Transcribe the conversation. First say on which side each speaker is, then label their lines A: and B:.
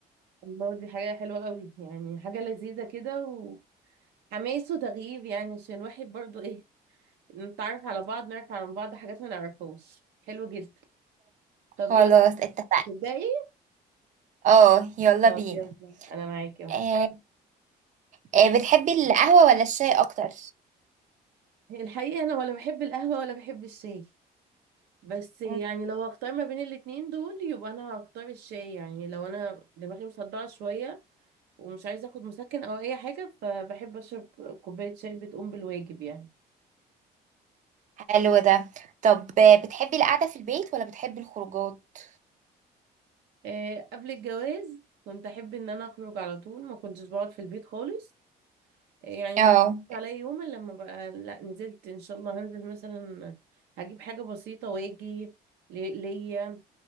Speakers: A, on the right; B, on the right.
A: الله دي حاجة حلوة قوي يعني حاجة لذيذة كده وحماس وتغيير يعني عشان الواحد برضو ايه نتعرف على بعض نعرف عن بعض حاجات ما نعرفهاش حلو جدا طب
B: خلاص
A: يلا
B: اتفقنا
A: تبدأي؟
B: اه يلا
A: طب
B: بينا
A: يلا انا معاكي اهو
B: آه آه، بتحبي القهوة ولا الشاي أكتر؟
A: الحقيقة انا ولا بحب القهوة ولا بحب الشاي بس يعني
B: مم،
A: لو هختار ما بين الاتنين دول يبقى انا هختار الشاي يعني لو انا دماغي مصدعة شوية ومش عايزة اخد مسكن او اي حاجة فبحب اشرب كوباية شاي بتقوم بالواجب يعني
B: حلو ده طب آه، بتحبي القعدة في البيت ولا بتحبي الخروجات؟
A: آه، قبل الجواز كنت احب ان انا اخرج على طول ما كنتش بقعد في البيت خالص آه، يعني ما
B: اه
A: بيجيش عليا يوم الا لما بقى لا نزلت ان شاء الله هنزل مثلا هجيب حاجه بسيطه واجي لي- ليا